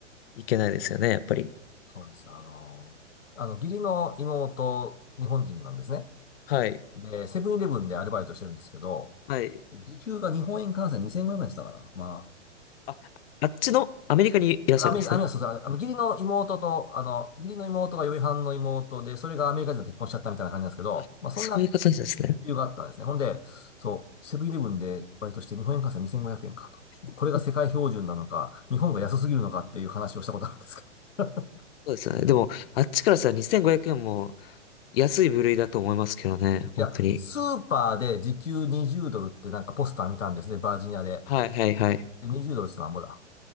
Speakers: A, on the left; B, on the left.
A: いけないですよね、やっぱり。
B: そうです。あの、あの、義理の妹、日本人なんですね。
A: はい。
B: で、セブンイレブンでアルバイトしてるんですけど、
A: はい。
B: 時給が日本円換算2500円って言ったかな。ま
A: あ、あっちのアメリカにいらっしゃるんですね。
B: あ、アメリカ、アメリカ、そうそう、あの、義理の妹と、あの、義理の妹が嫁はんの妹で、それがアメリカ人と結婚しちゃったみたいな感じなんですけど、
A: あ、
B: まあ、そんな
A: そういう形ですね。
B: 理由があったんですね。ほんで、そう、セブンイレブンでバイトして日本円換算2500円かと。
A: <laughs>
B: これが世界標準なのか、日本が安すぎるのかっていう話をしたことあるんですけど。
A: そうですよね。でも、あっちからしたら2500円も安い部類だと思いますけどね、本当に。
B: いや、スーパーで時給20ドルってなんかポスター見たんですね、バージニアで。
A: はい、はい、はい。
B: で、20ドルってなんぼだ。